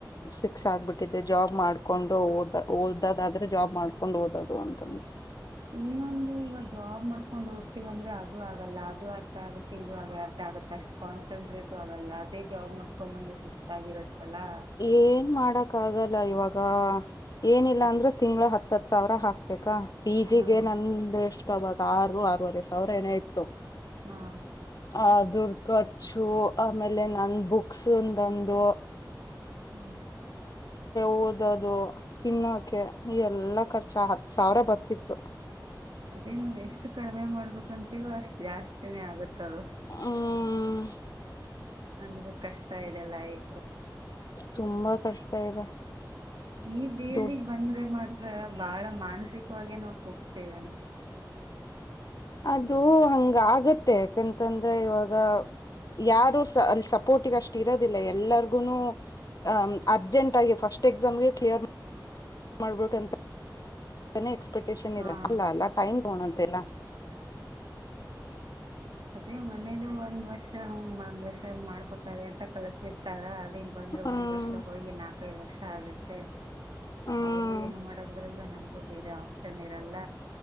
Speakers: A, on the left (about 55°); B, on the right (about 80°).
A: ಫಿಕ್ಸ್ ಆಗ್ಬಿಟ್ಟಿದ್ದೆ ಜಾಬ್ ಮಾಡ್ಕೊಂಡುದ ಅದಾದ್ರೆ ಜಾಬ್ ಮಾಡ್ಕೊಂಡು ಓದೋದು ಅಂತಂದು
B: ಏನೊಂದು ಈವ ಜಾಬ್ ಮಾಡ್ಕೊಂಡು ಓದ್ತಿೀವಂದ್ರೆ ಅದು ಆಗಲ್ಲ ಅದು ಅರ್ಥ ಆಗುತ್ತ ುವಾಗ ಅರ್ಧ ಆಗತ್ತೆ ಅಷ್ಟ್ ಕಾನ್ಸಂಟ್ರೇಟು ಆಗಲ್ಲ ಅದೇ ಜಾಬ್ ಮಾಡ್ಕೊಂಬಂದ ಸುಸ್ತಾಗಿರತ್ತಲ್ಲಾ
A: ಏನ್ ಮಾಡಕ್ ಆಗಲ್ಲ ಇವಾಗ ಏನಿಲ್ಲ ಅಂದ್ರೆ ತಿಂಗಳ ಹತ್ತತ್ ಸಾವಿರ ಹಾಕ್ಬೇಕಾ ಪಿಜಿಗೆ
B: ಹಾ
A: ನಂದ ಎಷ್ಟ ಅವಾಗ ಆರು ಆರೂವರೆ ಸಾವಿರ ಏನೇ ಇತ್ತು
B: ಹಾ
A: ಆ ದುಡ್ ಖರ್ಚು ಆಮೇಲೆ ನನ್ ಬುಕ್ಸ್ಂದೊಂದು
B: ಹ್ಮ್
A: ಓದೋದು ತಿನ್ನೋಕೆ ಈ ಎಲ್ಲ ಖರ್ಚ ಹತ್ತು ಸಾವಿರ ಬರ್ತಿತ್ತು.
B: ಅದೇ ಎಷ್ಟು ಕಡಿಮೆ ಮಾಡ- ಹ ಕಂತೀಗ ಅಷ್ಟ ಜಾಸ್ತಿನೇ ಆಗತ್ತದು-
A: ಹ್ಮ್
B: ಅಂದೂ ಕಷ್ಟ ಇದೆಲ್ಲ ಕು-
A: ತುಂಬಾ ಕಷ್ಟ ಇದೆ
B: ಈ ಬೇಳಿಗೆ
A: ದುಡ್ಡು
B: ಬಂದ್ರೆ ಮಾತ್ರ ಬಾಳ ಮಾನಸಿಕವಾಗೇ ನಾವು ಹೋಗ್ತೇವೆ ಅಂತ.
A: ಅದು ಹಂಗ ಆಗತ್ತೆ ಯಾಕಂತಂದ್ರೆ ಇವಾಗ- ಯಾರು ಸ ಅಲ್ಲಿ ಸಪೋರ್ಟಿಿಗೆ ಅಷ್ಟ್ ಇರೋದಿಲ್ಲ ಎಲ್ಲರಿಗುನು ್ ಅರ್ಜೆಂಟ್ ಆಗ ಫಸ್ಟ್ ಎಕ್ಸಾಮ್ಗೆ ಕ್ಲಿಯರ್ ಮಾಡ್ಬೇಕಂತ ಎಕ್ಸ್ಪೆಕ್ಟೇಷನ್
B: ಹಾ
A: ಇರ ಅಲ್ಲ ಅಲ್ಲ ಟೈನ್ ಪಣದಲ್ಲ
B: ಅದೇ ಮನೇಲ ಒಂದ್ ವರ್ಷ ಹ ಒಂದ್ ವರ್ಷ ಮಾಡ್ಕೊತಾರೆ ಅಂತ ಕಳ್ಸಿರ್ತಾರ ನ್ ಬಂದ್
A: ಹ್ಮ್
B: ಒಂದ್ ವರ್ಷ ಹೋಗಿ ನಾಲ್ಕೈದು ವರ್ಷ ಆಗುತ್ತೆ
A: ಹ್ಮ್
B: ಅವ್ರ ಏನು ಮಾಡಕ್ ಬರಲ್ಲ ನಮ್ಗೂ ಬೇರೆ ಆಪ್ಷನ್ ಇರಲ್ಲ